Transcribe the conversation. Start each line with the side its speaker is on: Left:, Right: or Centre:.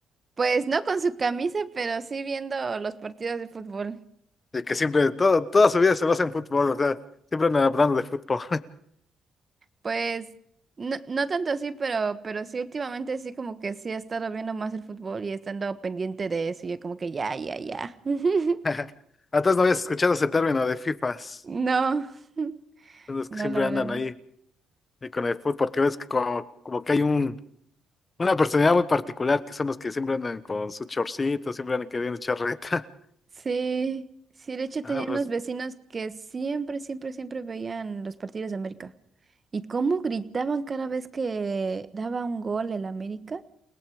Right: Pues no con su camisa, pero sí viendo los partidos de fútbol.
Left: De que siempre, todo, toda su vida se basa en fútbol, o sea, siempre andan hablando de fútbol.
Right: Pues no, no tanto así, pero, pero sí últimamente sí como que sí he estado viendo más el fútbol y estando pendiente de eso. Y yo como que ya, ya, ya. <laughs>
Left: <laughs> Antes no habías escuchado ese término de FIFAs.
Right: No, <laughs>
Left: Son Los
Right: no,
Left: que siempre
Right: la verdad
Left: andan
Right: no.
Left: ahí eh, con el fútbol, porque ves que como, como que hay un, una personalidad muy particular, que son los que siempre andan con sus chorcitos, siempre andan queriendo charreta. <laughs>
Right: Sí, sí, de hecho tenía
Left: Ah, pues.
Right: unos vecinos que siempre, siempre, siempre veían los partidos de América. Y cómo gritaban cada vez que daba un gol el América.